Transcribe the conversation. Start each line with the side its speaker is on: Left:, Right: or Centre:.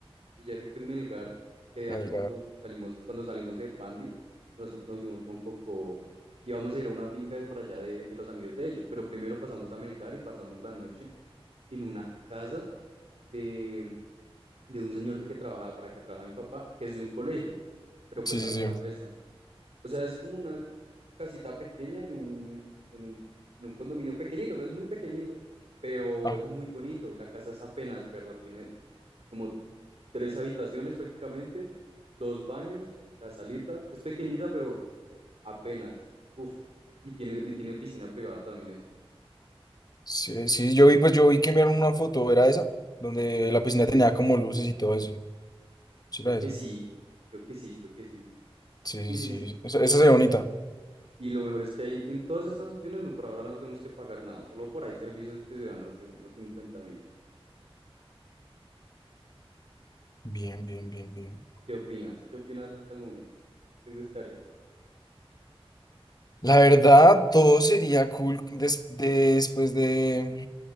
Right: Fíjate que en Melgar, que ya
Left: Ay,
Right: cuando salimos, cuando salimos de Pandi, nosotros nos fuimos con Coco y vamos a ir a una finca de por allá de, de los amigos de ellos, pero primero pasamos a Melgar y pasamos la noche en una casa de, de un señor de que trabajaba, para que trabajaba mi papá, que es de un colegio, pero
Left: Sí,
Right: pues al se
Left: sí,
Right: la prestan. O sea, es como una casita pequeña en un, en un, en un condominio pequeñito, pero es muy pequeñito. Pero
Left: sí.
Right: es muy bonito y la casa es apenas, perro. Tiene como tres habitaciones prácticamente, dos baños, la salita. Es pequeñita, pero apenas. Uf, y tiene, y tiene piscina privada también eso.
Left: Sí, sí, yo vi, pues yo vi que enviaron una foto, ¿era esa? Donde la piscina tenía como luces y todo eso. Sí,
Right: Creo
Left: era
Right: que
Left: esa.
Right: sí, creo que sí, creo que sí.
Left: Sí,
Right: Sí, sí,
Left: sí,
Right: sí.
Left: sí. Esa, esa se ve bonita.
Right: Y, y lo mejor es que hay en todas estas opciones, no, por ahora no tenemos que pagar nada, solo por ahí servicios que se van, no sé, unos cincuenta mil.
Left: Bien, bien, bien, bien.
Right: ¿Qué opinas? ¿Qué opinas hasta el momento? ¿Qué te gustaría?
Left: La verdad, todo sería cool des- después de,